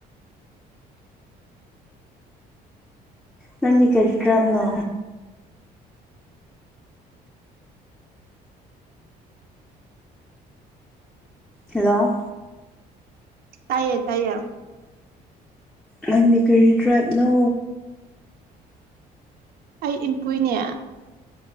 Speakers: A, in the centre; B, on the right.
A: ꯅꯪꯗꯤ ꯀꯔꯤ ꯗ꯭ꯔꯞꯅꯣ꯫ ꯍꯜꯂꯣ
B: ꯇꯥꯏꯌꯦ ꯇꯥꯏꯌꯦ
A: ꯅꯪꯗꯤ ꯀꯔꯤ ꯇ꯭ꯔꯥꯞꯅꯣ꯫
B: ꯑꯩ ꯏꯟꯄꯨꯏꯅꯦ